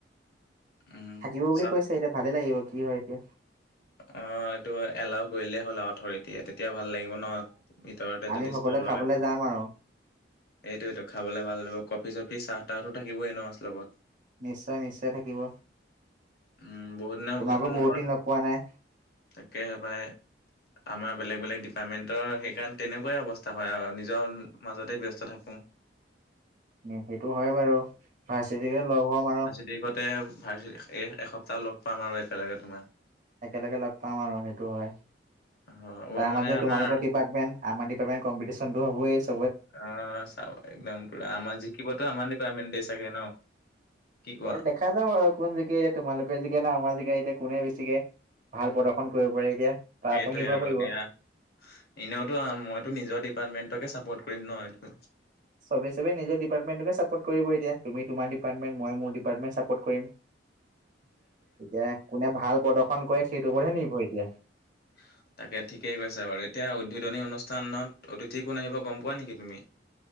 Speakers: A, on the left (about 55°); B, on the right (about 45°).
A: উম
B: থাকিব বুলি
A: চা
B: কৈছে। এতিয়া ভালেই লাগিব, কি হয় এতিয়া।
A: অ, এইটো এলাও কৰিলেই হ'ল আৰু অথৰিটিয়ে তেতিয়া ভাল লাগিব ন ভিতৰতে
B: আমি
A: যদি
B: সকলোৱে
A: স্থল
B: খাবলৈ
A: লগাই <unintelligible>
B: যাম আৰু
A: এইটো এইটো খাবলে ভাল লা। কফি চফি চাহ তাহটো থাকিবই ন- লগত।
B: নিশ্চয় নিশ্চয় থাকিব।
A: উম বহুত দিনৰ
B: তোমাকো
A: মূ- মূৰত
B: বহুত দিন লগ পোৱা নাই।
A: তাকেহে পাই। আমাৰ বেলেগ বেলেগ ডিপাৰ্টমেণ্টৰ সেইকাৰণ তেনেকুৱাই অৱস্থা হয় আৰু নিজৰ মাজতে ব্যস্ত থাকোঁ। <unintelligible>
B: উম, সেইটো হয় বাৰু, ভাৰ্চিতিকে লগ হ'ম আৰু।
A: দেগতে ভাৰ্চি এ, এসপ্তাহ লগ পাম আৰু একেলগে তোমাৰ।
B: একেলগে লগ পাম আৰু সেইটো হয়।
A: অ', অ',
B: তাৰ
A: মানে
B: মাজে
A: আমাৰ
B: তোমালোকৰ টিপ পাৰ্টমেন আমাৰ <unintelligible> কম্পিটিচনটো <unintelligible> আছ
A: আ, চাওঁ একদম পুৰা আমাৰ জিকিবতো আমাৰ ডিপাৰ্টমেণ্টেই চাগে ন'? কি কোৱা?
B: এ, দেখা যাব আৰু কোন জিকিলে তোমালোকে জিকে না আমাৰ জিকা এতিয়া কোনে বেছিকে। ভাল প্ৰদৰ্শন কৰিব পাৰে এতিয়া। তাৰ ওপৰত
A: এইটোৱে
B: নিৰ্ভৰ
A: আৰু
B: কৰিব।
A: দিয়া। এনেওতো মইতো নিজৰ ডিপাৰ্টমেন্টকে চাপৰ্ট কৰিম ন'। এইটো
B: চবে চবে নিজৰ ডিপাৰ্টমেণ্টটোকে চাপৰ্ট কৰিব এতিয়া। তুমি তোমাৰ ডিপাৰ্টমেণ্ট মই মোৰ ডিপাৰ্টমেণ্ট চাপৰ্ট কৰিম।
A: <unintelligible>
B: এতিয়া কোনে ভাল প্ৰদৰ্শন কৰে সেইটো ওপৰতহে নিৰ্ভৰ এতিয়া।
A: <inaudible> তাকে ঠিকেই কৈছা বাৰু। এতিয়া উদ্বোধনী অনুষ্ঠানত অতিথি কোন আহিব গম পোৱা নেকি তুমি?